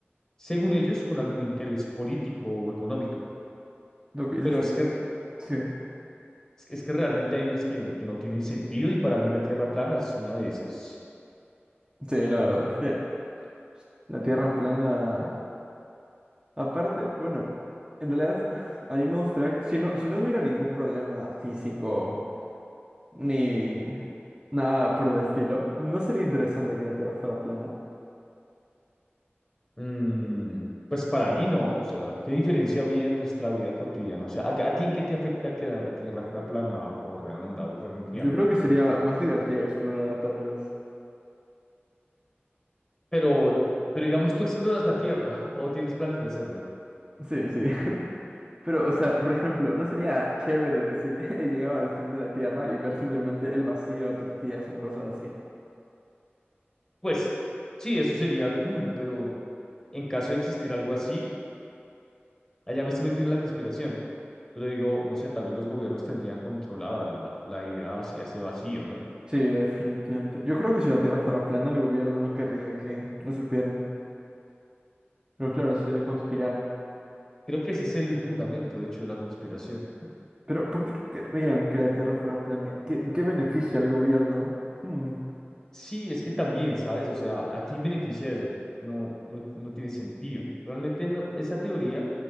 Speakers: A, on the left; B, on the right.
A: según ellos, con algún interés político o económico.
B: lo que dices
A: Pero es
B: tiene...
A: que,
B: Sí.
A: es que realmente hay unas que, que no tienen sentido y para mí la Tierra plana es una de esas.
B: Sí, la verdad. <laughs> La Tierra plana. Aparte, bueno, en realidad <laughs> a mí me gustaría, si no, si no hubiera ningún problema físico ni nada por el estilo, ¿no sería interesante que la Tierra fuera plana?
A: Mm, pues para mí no, o sea, ¿qué diferencia habría en nuestra vida cotidiana? O sea, ¿a, a ti en qué te afecta que la Tierra fuera plana o redonda o fuera un triángulo?
B: Yo creo que sería más divertida explorar, tal vez.
A: Pero, pero digamos, tú exploras la Tierra <laughs> o tienes planes de hacerlo.
B: Sí, sí. <laughs> Pero, o sea, por ejemplo, ¿no sería chévere decir, <laughs> he llegado al fin de la Tierra y ver simplemente el vacío a tus pies o cosas así?
A: Pues sí, eso sería cool, pero en caso de existir algo así, allá me estoy metiendo en la conspiración. Pero digo, no sé, tal vez los gobiernos tendrían controlada la, la idea hacia ese vacío, ¿no?
B: Sí, definitivamente. Yo creo que si la Tierra fuera plana, el gobierno no querría que lo supieran. Pero claro, sería conspirar.
A: Creo que ese es el fundamento, de hecho, de la conspiración.
B: Pero, ¿por qué no querrían que la Tierra fuera plana? ¿Qué- ¿en qué beneficia al gobierno? Hmm,
A: Sí, es que también, ¿sabes? O sea, ¿a quién beneficia eso? No, no, no tiene sentido. Realmente no, esa teoría,